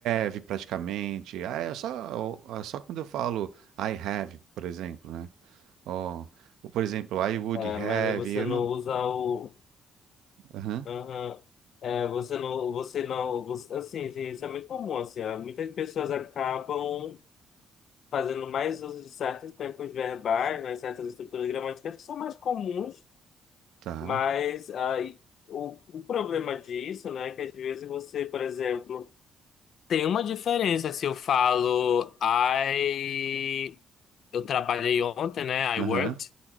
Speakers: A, on the right (about 80°); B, on the left (about 65°).
A: have praticamente. Ah, é só, é só quando eu falo I have, por exemplo, né? Ó, ou, por exemplo, I would
B: É, mas
A: have,
B: aí você
A: eu
B: não
A: não...
B: usa o.
A: Aham,
B: Aham. É, você não. Você não. você- assim, gente, isso é muito comum, assim. ó. Muitas pessoas acabam fazendo mais uso de certos tempos verbais, né, certas estruturas gramaticais que são mais comuns.
A: tá.
B: Mas aí, o, o problema disso, né, é que às vezes você, por exemplo, tem uma diferença se eu falo I eu trabalhei ontem, né?
A: Aham,
B: I worked,